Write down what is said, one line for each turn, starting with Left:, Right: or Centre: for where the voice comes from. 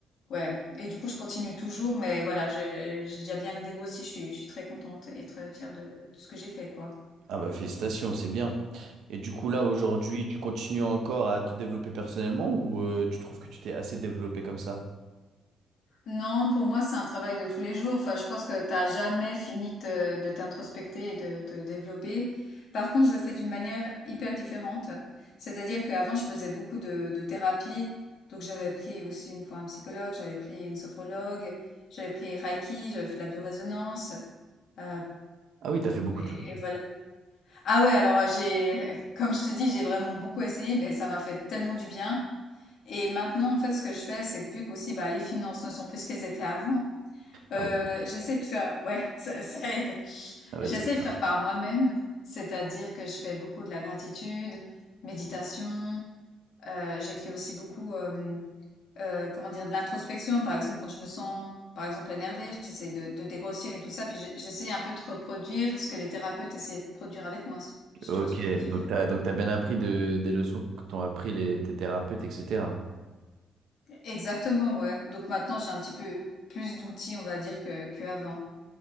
Left: ouais, et du coup, je continue toujours, mais voilà, j'ai j'ai déjà bien dégrossi, je suis, je suis très contente et très fière de, de ce que j'ai fait, quoi.
Right: Ah bah félicitations, c'est bien. Et du coup là aujourd'hui, tu continues encore à te développer personnellement ou euh, tu trouves que tu t'es assez développé comme ça?
Left: Non, pour moi, c'est un travail de tous les jours. Enfin, je pense que t'as jamais fini te- de t'introspecter et de te développer. Par contre, je le fais d'une manière hyper différente. C'est-à-dire qu'avant, je faisais beaucoup de, de thérapie. Donc, j'avais pris aussi une fois un psychologue, j'avais pris une sophrologue, j'avais pris Reiki, j'avais fait de la biorésonance. euh,
Right: Ah oui, t'as fait beaucoup
Left: et,
Right: de choses.
Left: et voilà. Ah ouais, alors euh, j'ai, <laughs> comme je te dis, j'ai vraiment beaucoup essayé, mais ça m'a fait tellement du bien. Et maintenant, en fait, ce que je fais, c'est que vu qu'aussi, bah, les finances ne sont plus ce qu'elles étaient avant, euh,
Right: Ah bah,
Left: j'essaie de faire, ouais, <laughs> ça, ça aide.
Right: ah bah,
Left: J'essaie
Right: c'est
Left: de
Right: bien.
Left: faire par moi-même, c'est-à-dire que je fais beaucoup de la gratitude, méditation. euh, j'écris aussi beaucoup, euh, euh, comment dire, de l'introspection. Par exemple, quand je me sens, par exemple, énervée, j'essaie de, de dégrossir et tout ça. Puis j'ai- j'essaie un peu de reproduire ce que les thérapeutes essaient de produire avec moi, si si
Right: Ok,
Left: tu vois ce que je veux dire.
Right: donc t'as donc t'as bien appris de, des leçons que t'ont appris les, tes thérapeutes, etc.
Left: Exactement, ouais. Donc maintenant, j'ai un petit peu plus d'outils, on va dire, que, que avant.